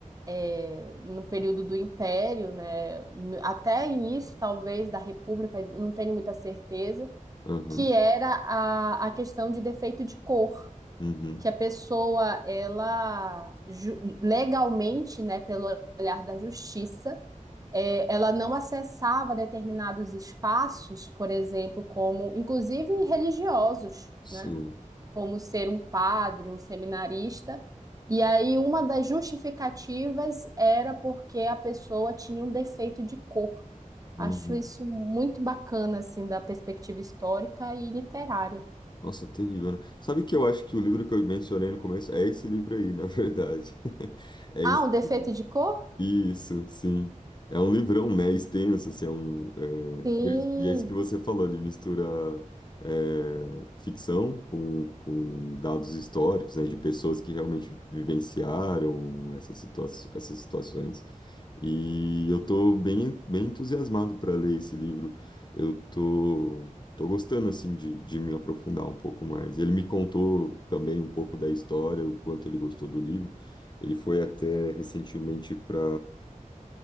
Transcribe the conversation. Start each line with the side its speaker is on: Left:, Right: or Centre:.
Right: é, no período do Império, né, e no- até início talvez da República, não tenho muita certeza,
Left: uhum,
Right: que era a, a questão de defeito de cor,
Left: uhum,
Right: que a pessoa ela ju- legalmente, né, pelo olhar da justiça é, ela não acessava determinados espaços, por exemplo, como inclusive religiosos,
Left: sim,
Right: né? Como ser um padre, um seminarista. E aí uma das justificativas era porque a pessoa tinha um defeito de cor.
Left: uhum.
Right: Acho isso muito bacana, assim, da perspectiva histórica e literária.
Left: Nossa, terrível, né? Sabe o que eu acho que o livro que eu mencionei no começo é esse livro aí, na verdade. <laughs> É
Right: Ah,
Left: esse.
Right: um defeito de cor?
Left: Isso, sim. É um livrão, né? Extenso, assim, é um. é,
Right: Sim,
Left: E é e é isso que você falou, ele mistura é, ficção com, com dados históricos, né? De pessoas que realmente vivenciaram essas situa essas situações. E eu tô bem, bem entusiasmado para ler esse livro. Eu tô, tô gostando, assim, de, de me aprofundar um pouco mais. Ele me contou também um pouco da história, o quanto ele gostou do livro. Ele foi até recentemente para